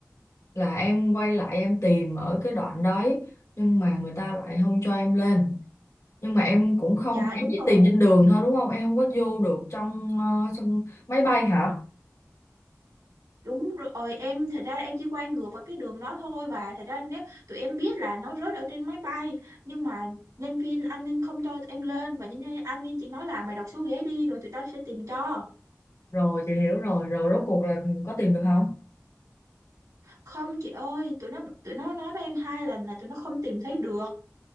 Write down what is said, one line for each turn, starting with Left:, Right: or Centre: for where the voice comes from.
Left: là em quay lại em tìm ở cái đoạn đấy nhưng mà người ta lại không cho em lên nhưng mà em cũng không
Right: dạ
Left: em
Right: đúng
Left: chỉ
Right: rồi
Left: tìm trên đường thôi đúng không em không có vô được trong ờ, sân máy bay hả
Right: Đúng rồi, em thật ra em chỉ quay ngược vào cái đường đó thôi bà. Thật ra nếu tụi em biết là nó rớt ở trên máy bay, nhưng mà nhân viên an ninh không cho tụi em lên và nhân viên an ninh chỉ nói là mày đọc số ghế đi rồi tụi tao sẽ tìm cho.
Left: rồi chị hiểu rồi rồi rốt cuộc là có tìm được không
Right: Không chị ơi, tụi nó tụi nó nói với em hai lần là tụi nó không tìm thấy được.